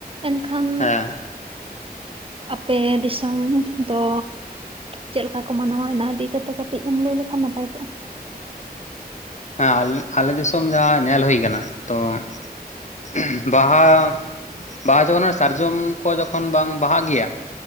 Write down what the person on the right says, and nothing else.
ᱮᱱᱠᱷᱟᱱ
ᱟᱯᱮᱻ ᱫᱤᱥᱚᱢ ᱫᱚ ᱪᱮᱫ ᱞᱮᱠᱟ ᱠᱚ ᱢᱟᱱᱟᱣᱟ ᱚᱱᱟ ᱤᱫᱤ ᱠᱟᱛᱮᱜ ᱠᱟᱹᱴᱤᱡ ᱮᱢ ᱞᱟᱹᱭ ᱞᱮᱠᱷᱟᱱ ᱱᱟᱯᱟᱭ ᱠᱚᱜ-ᱟ ᱾